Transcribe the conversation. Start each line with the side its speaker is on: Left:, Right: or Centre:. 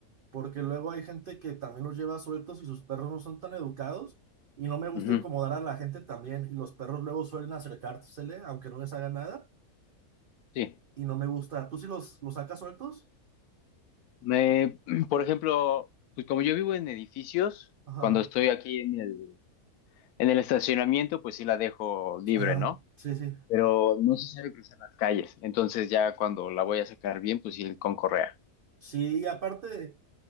Right: porque luego hay gente que también los lleva sueltos y sus perros no son tan educados y no me gusta
Left: ujú,
Right: incomodar a la gente también y los perros luego suelen acercársele aunque no les haga nada
Left: sí.
Right: y no me gusta. ¿Tú sí los, los sacas sueltos?
Left: Me, <clears throat> por ejemplo, pues como yo vivo en edificios,
Right: Ajá,
Left: cuando estoy aquí en el, en el estacionamiento, pues sí la dejo libre,
Right: ajá,
Left: ¿no?
Right: sí, sí.
Left: Pero no se sabe cruzar las calles. Entonces ya cuando la voy a sacar bien, pues sí con correa.
Right: Sí, y aparte